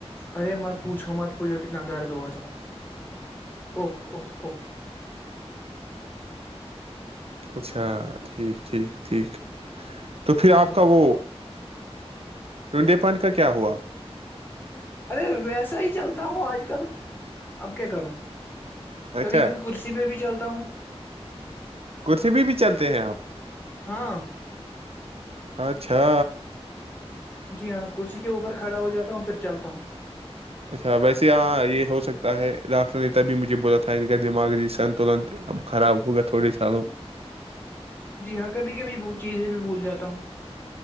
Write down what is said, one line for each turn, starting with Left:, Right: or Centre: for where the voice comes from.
Left: ارے مت پوچھو مت پوچھو کتنا درد ہوا تھا او او او
Right: اچھا ٹھیک ٹھیک ٹھیک تو پھر
Left: جی
Right: آپ کا وہ ٹنڈے پانڈ کا کیا ہوا
Left: ارے ویسا ہی چلتا ہو آج کل اب کیا کروں کبھی
Right: اچھا
Left: کبھی کرسی پہ بھی چلتی کتاوں
Right: ک بھی بھی چلتے ہیں آپ
Left: ہاں
Right: اچھا
Left: جی ہاں کرسی کے اوپر کھڑا ہو جاتا ہوں پھر چلتا ہوں
Right: اچھا ویسے ہاں یہ ہو سکتا ہے ڈاکٹر نے تبھی مجھے بولا تھا ان کا دماغ سنتولن اب خراب ہوگا تھوڑے سالوں
Left: جی ہاں کبھی کبھی چیزیں بھی بھول جاتا ہوں